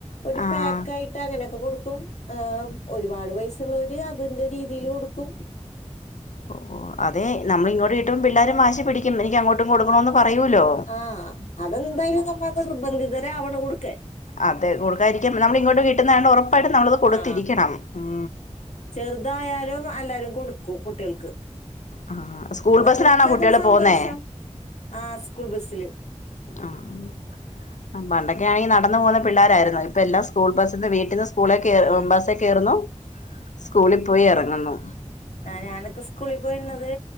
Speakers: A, on the left; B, on the left.
A: ഒരു
B: ആഹ്
A: പാക്ക് ആയിട്ട് അങ്ങനെയൊക്കെ കൊടു ക്കും ആഹ് ഒരുപാട് പൈസ്സള്ളവര് അതിന്റെ രീതീല് കൊടുക്കും.
B: ഓഹ് അതെ നമ്മളിങ്ങോട്ട് കിട്ടുമ്പം പിള്ളാരും വാശി പിടിക്കും എനിക്ക് അങ്ങോട്ടും കൊടുക്കണോന്ന് പറയൂലോ?
A: ആ അതെന്തായാലും നമ്മ നിർബന്ധിതരവണ് കൊടുക്കാൻ.
B: അതെ കൊടുക്കായിരിക്കാൻ നമ്മള് ഇങ്ങോട്ട് കിട്ടുന്നതായോണ്ട് ഒറപ്പായിട്ട് നമ്മളത് കൊടുത്തിരിക്കണം
A: ആ
B: ഉം
A: ചെറുതായാലും എല്ലാരും കൊടുക്കും കുട്ടികൾക്ക്.
B: ആ സ്കൂൾ
A: അത്
B: ബസ്സിലാണോ
A: അവരിക്കതൊരു
B: കുട്ടികൾ
A: സന്തോഷം
B: പോന്നേ
A: ആഹ് സ്കൂൾ ബസ്സില്.
B: ആഹ് ആഹ് ആഹ് പണ്ടൊക്കെ ആണെങ്കി നടന്ന് പോകുന്ന പിള്ളാരായിരുന്നു ഇപ്പ എല്ലാം സ്കൂൾ ബസ്സിന്ന് വീട്ടിന്ന് സ് സ്കൂളെ കേറ്
A: ഉം
B: ഏഹ് ബസ്സേ കേറുന്നു സ്കൂളിൽ പോയി എറങ്ങുന്നു.
A: ആഹ് ഞാനൊക്കെ സ്കൂളിൽ പോയിരുന്നത്